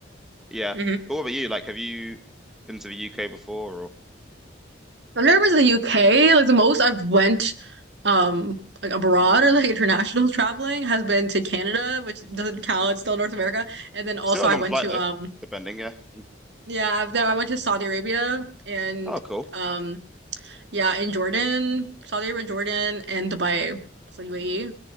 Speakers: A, in the centre; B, on the right.
A: Yeah.
B: hmm
A: But what about you? Like, have you been to the UK before or
B: I've never been to the UK. Like the most I've went, um, like abroad or like international <laughs> traveling has been to Canada, which doesn't count. It's still North America. And then also
A: still a
B: I
A: long
B: went
A: flight
B: to,
A: though,
B: um,
A: depending, yeah. Mm.
B: yeah, I've, I went to Saudi Arabia and,
A: Oh, cool.
B: um Yeah, in Jordan, Saudi Arabia, Jordan, and Dubai. So UAE.